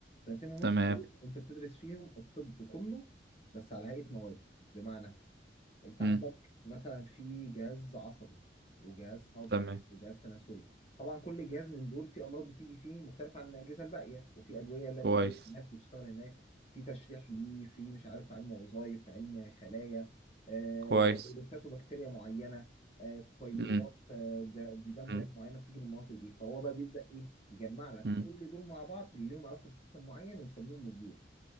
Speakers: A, on the left (about 35°); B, on the right (about 60°).
A: سنتين ونص
B: تمام
A: دول أنت بتدرس فيهم الطب كله بس على هيئة مواد بمعنى انت عندك
B: امم
A: مثلا في جهاز عصبي وجهاز هضمي
B: تمام
A: وجهاز تناسلي طبعا كل جهاز من دول في امراض بتيجي فيه مختلفه عن الاجهزه الباقيه وفي ادويه لا
B: كويس
A: بت- هناك بتشتغل هناك في تشريح ليه في مش عارف علم وظائف علم خلايا آه،
B: كويس
A: فيروسات وبكتيريا معينه آه، طفيليات
B: امم
A: آه، ده- ديدان
B: امم
A: برضه معينه بتيجي من المناطق دي فهو بقى بيبدا ايه يجمع لك
B: أمم.
A: كل دول مع بعض اللي لهم علاقه بسيستم معين ويسميهم موديول